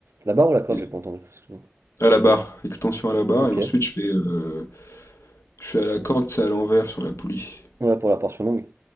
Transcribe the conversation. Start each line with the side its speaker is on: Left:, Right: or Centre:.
Right: La barre ou la corde,
Left: et-
Right: j'ai pas entendu. Excuse-moi.
Left: À la barre, extension à la barre,
Right: Ok.
Left: et ensuite je fais, euh, je fais à la corde, c'est à l'envers sur la poulie.
Right: Ouais, pour la portion longue.